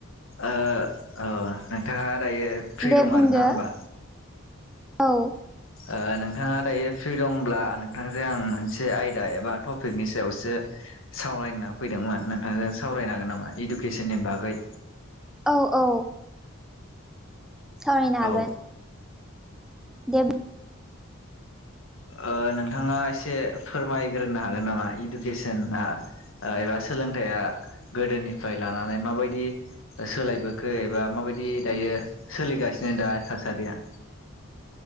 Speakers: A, on the left; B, in the centre.
A: ओ अ नोंथाङा दायो फ्रि
B: दे
A: दं
B: बुंदो
A: आरोना होमबा?
B: औ।
A: ओ नोंथाङा दायो फ्रि दंब्ला नोंथांजों आं मोनसे आयदा एबा टपिकनि सायावसो सावरायना फैदोंमोन नोंथांजों सावरायनो हागोन नामा इडुकेसननि बागै।
B: औ औ। सावरायनो हागोन।
A: औ
B: दे
A: ओ नोंथाङा एसे फोरमायग्रोनो हागोन नामा इडुकेसना ओ एबा सोलोंथाइया गोदोनिफ्राय लानानै माबायदि सोलायबोखो एबा माबायदि दायो सोलिगासिनो दा थासारिया